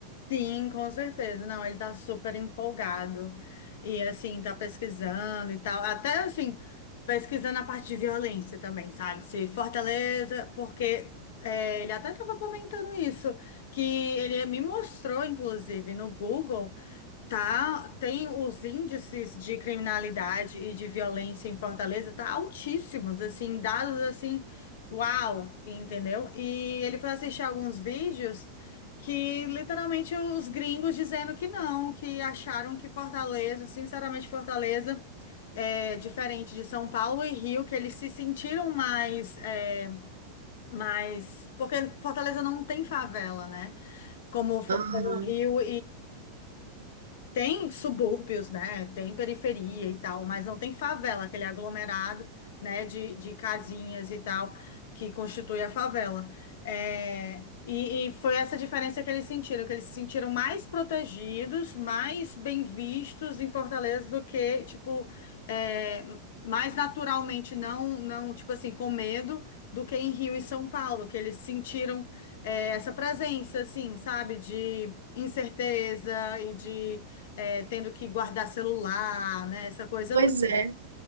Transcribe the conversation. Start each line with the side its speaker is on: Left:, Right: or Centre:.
Left: Sim, com certeza. Não, ele tá super empolgado e assim, tá pesquisando e tal. Até assim, pesquisando a parte de violência também, sabe? Se Fortaleza, porque é, ele até tava comentando isso, que ele me mostrou, inclusive, no Google. Tá, tem os índices de criminalidade e de violência em Fortaleza, tá altíssimos, assim, dados assim, uau, entendeu? E ele foi assistir alguns vídeos que literalmente os gringos dizendo que não, que acharam que Fortaleza, sinceramente, Fortaleza é diferente de São Paulo e Rio, que eles se sentiram mais, é, mais, porque Fortaleza não tem favela, né? Como, Fo-
Right: Aham.
Left: como Rio tem subúrbios, né? Tem periferia e tal, mas não tem favela, aquele aglomerado, né, de, de casinhas e tal, que constitui a favela. É, e, e foi essa diferença que eles sentiram, que eles se sentiram mais protegidos, mais bem vistos em Fortaleza do que, tipo, é, mais naturalmente, não, não, tipo assim, com medo, do que em Rio e São Paulo, que eles sentiram, é, essa presença, assim, sabe, de incerteza e de é, tendo que guardar celular, né? Essa coisa
Right: Pois
Left: toda.
Right: é.